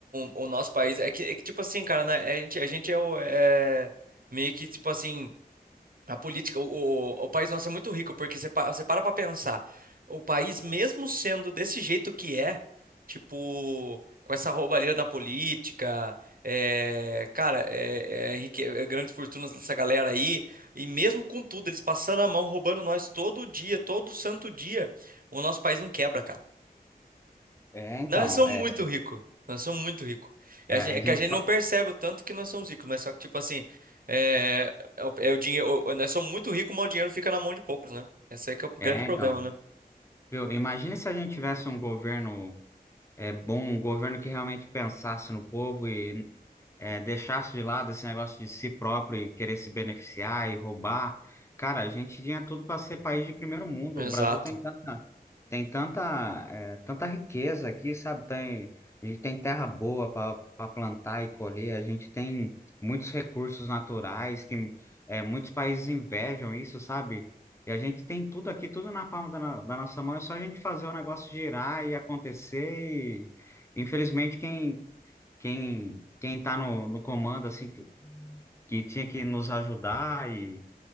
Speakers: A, on the right; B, on the left.
A: o, o nosso país. É que, é que, tipo assim, cara, né? É, A gente, a gente é, o- é meio que, tipo assim. A política, o, o, o país nosso é muito rico, porque você, pa- você para pra pensar, o país, mesmo sendo desse jeito que é, tipo, com essa roubalheira na política, é, cara, é, é, rique- é grandes fortunas dessa galera aí, e mesmo com tudo, eles passando a mão, roubando nós todo dia, todo santo dia, o nosso país não quebra, cara.
B: É, então,
A: Nós somos
B: é.
A: muito ricos. Nós somos muito ricos. E
B: É,
A: a gen-
B: a
A: É
B: gente.
A: que a gente
B: pa-
A: não percebe o tanto que nós somos ricos, mas só que, tipo assim, é, é o, é o dinheiro. o- Nós somos muito ricos, mas o dinheiro fica na mão de poucos, né? Esse aí que é o
B: É,
A: grande problema,
B: então.
A: né?
B: Viu? Imagina se a gente tivesse um governo é, bom, um governo que realmente pensasse no povo e é, deixasse de lado esse negócio de si próprio e querer se beneficiar e roubar. Cara, a gente tinha tudo para ser país de primeiro mundo.
A: Exato.
B: O Brasil tem tanta, tem tanta, é, tanta riqueza aqui, sabe? Tem, a gente tem terra boa para plantar e colher, a gente tem muitos recursos naturais que é, muitos países invejam isso, sabe? E a gente tem tudo aqui, tudo na palma da, no- da nossa mão, é só a gente fazer o negócio girar e acontecer e, Infelizmente, quem quem quem tá no, no comando assim que, que tinha que nos ajudar e,